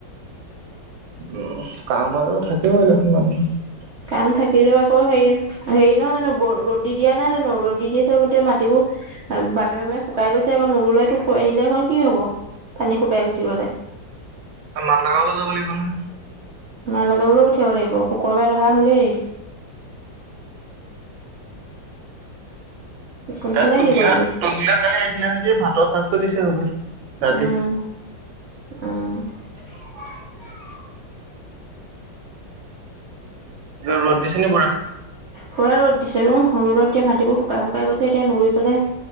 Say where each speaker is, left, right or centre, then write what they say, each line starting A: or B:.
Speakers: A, on the right; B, on the right.
A: উম, কাম আৰু থাকেই দেখোন মানুহৰ।
B: কাম থাকিলেও আকৌ হেৰি ন হেৰি নহয় জানো ৰ'দদি দিয়া নাই জানো। ৰ'দ দি আছে গোতে মাটিবোৰ বামে-বামে শুকাই গৈছে অকৌ নৰুলেতো থৈ আহিলে এখন কি হব পানী শুকাই গুচি গলে।
A: মাত লগাবলে যাব লাগিব নহয়।
B: মাৰ লগ বোলে পঠিয়াব লাগিব শুক্ৰবাৰে দহা হলেই। কোনফালে
A: কালি তুমিহা-তুমিহা
B: কি কৰিবি
A: কালি আহিছিলে নেকি? ভাতৰ সাঁজটো দিছে হবে ৰাতি।
B: উম উম,
A: এইবাৰ ৰ'দ দিছে নেকি পুৰা?
B: পুৰা ৰ'দ দিছে, ৰ ৰ'দত এতিয়া মাটিবোৰ শুকাই-শুকাই গৈছে এতিয়া নুৰি পেলাই